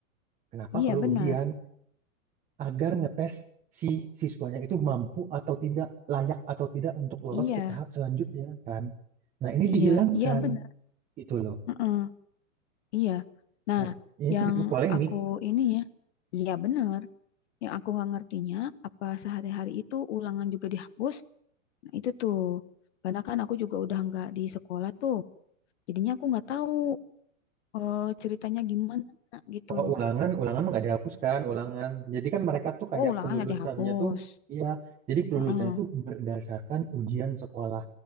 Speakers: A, on the right (about 15°); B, on the left (about 55°).
A: Kenapa
B: Iya
A: perlu
B: benar.
A: ujian? Agar ngetes si siswanya itu mampu atau tidak, layak atau tidak untuk lolos
B: Iya,
A: ke tahap selanjutnya kan. Nah, ini
B: iya,
A: dihilangkan
B: iya benar.
A: gitu loh.
B: Heeh, iya. Nah,
A: Dan ini
B: yang
A: tuh bikin polemik.
B: aku ini ya, iya benar. Yang aku nggak ngertinya apa sehari-hari itu ulangan juga dihapus. Nah, itu tuh. Karena kan aku juga udah nggak di sekolah tuh. Jadinya aku nggak tahu eh, ceritanya gimana gitu.
A: Kalau ulangan, ulangan mah nggak dihapuskan, ulangan. Jadi kan mereka tuh kayak
B: Oh, ulangan
A: kelulusannya
B: nggak dihapus.
A: tuh, iya. Jadi kelulusannya
B: Heeh.
A: tuh berdasarkan ujian sekolah,